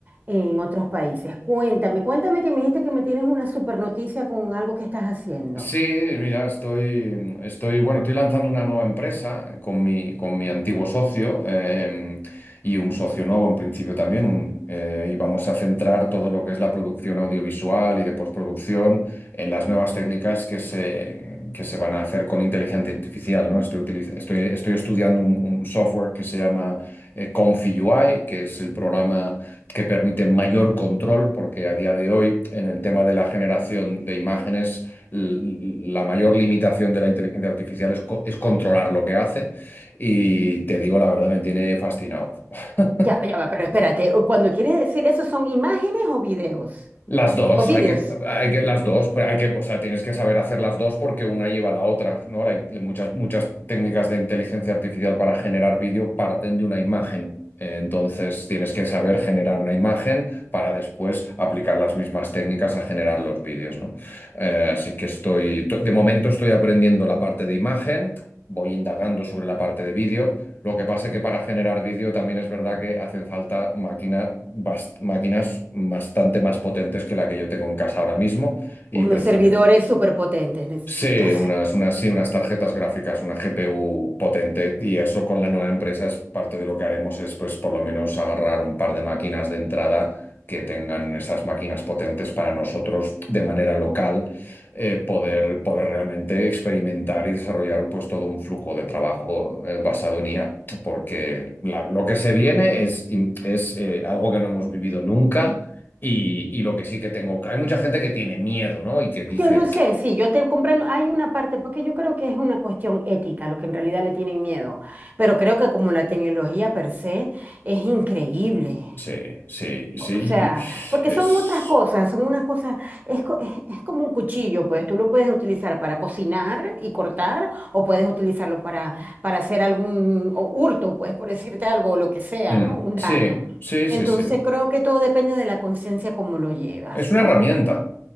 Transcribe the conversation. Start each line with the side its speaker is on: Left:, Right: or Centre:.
Right: en otros países. Cuéntame, cuéntame que me dijiste que me tienes una super noticia con algo que estás haciendo.
Left: Sí, mira, estoy, estoy, bueno, estoy lanzando una nueva empresa con mi, con mi antiguo socio eh, y un socio nuevo en principio también, un- eh, y vamos a centrar todo lo que es la producción audiovisual y de postproducción en las nuevas técnicas que se, que se van a hacer con inteligencia artificial, ¿no? Estoy, utiliz- estoy, estoy estudiando un, un software que se llama eh, Confi UI, que es el programa que permite mayor control, porque a día de hoy en el tema de la generación de imágenes la mayor limitación de la inteligencia artificial es, co- es controlar lo que hace y te digo la verdad, me tiene fascinado. <laughs>
Right: Ya, ya va, pero espérate, cuando quieres decir eso, ¿son imágenes o videos?
Left: Las dos,
Right: O videos.
Left: hay que, hay que, las dos, pero hay que, o sea, tienes que saber hacer las dos porque una lleva a la otra, ¿no? Hay muchas, muchas técnicas de inteligencia artificial para generar vídeo parten de una imagen. Eh, Entonces tienes que saber generar una imagen para después aplicar las mismas técnicas a generar los vídeos, ¿no? Eh, así que estoy, to- de momento estoy aprendiendo la parte de imagen, voy indagando sobre la parte de vídeo. Lo que pasa es que para generar vídeo también es verdad que hacen falta máquina- bast- máquinas bastante más potentes que la que yo tengo en casa ahora mismo y
Right: Unos
Left: preci-
Right: servidores súper potentes necesitas.
Left: Sí, unas, unas, sí, unas tarjetas gráficas, una GPU potente y eso con la nueva empresa es parte de lo que haremos es pues por lo menos agarrar un par de máquinas de entrada que tengan esas máquinas potentes para nosotros de manera local eh, poder, poder realmente experimentar y desarrollar pues todo un flujo de trabajo eh, basado en IA porque la- lo que se viene es, in- es eh, algo que no hemos vivido nunca. Y, y lo que sí que tengo, hay mucha gente que tiene miedo, ¿no? Y que dice,
Right: Yo no sé, sí, yo te comprendo. Hay una parte, porque yo creo que es una cuestión ética, lo que en realidad le tienen miedo. Pero creo que como la tecnología per se es increíble.
Left: Sí, sí, sí.
Right: O
Left: y-
Right: sea,
Left: sí,
Right: porque
Left: y Es.
Right: son otras cosas, son unas cosas, es, co- es- es como un cuchillo, pues tú lo puedes utilizar para cocinar y cortar, o puedes utilizarlo para, para hacer algún o hurto, pues por decirte algo, o lo que sea,
Left: mm,
Right: ¿no? Un
Left: Sí,
Right: daño.
Left: sí, sí,
Right: Entonces
Left: sí.
Right: creo que todo depende de la conciencia como lo llevas,
Left: Es una
Right: ¿no?
Left: herramienta.